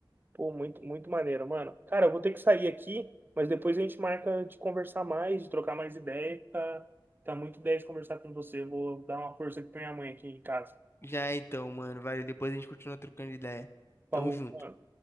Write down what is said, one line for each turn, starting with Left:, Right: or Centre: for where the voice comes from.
Right: Pô, muito, muito maneiro, mano. Cara, eu vou ter que sair aqui, mas depois a gente marca de conversar mais, de trocar mais ideia. Tá, tá muito 10 conversar com você. Vou dar uma força aqui pra minha mãe aqui em casa.
Left: Já então, mano, vale, depois a gente continua trocando ideia.
Right: Falou,
Left: Tamo junto.
Right: mano.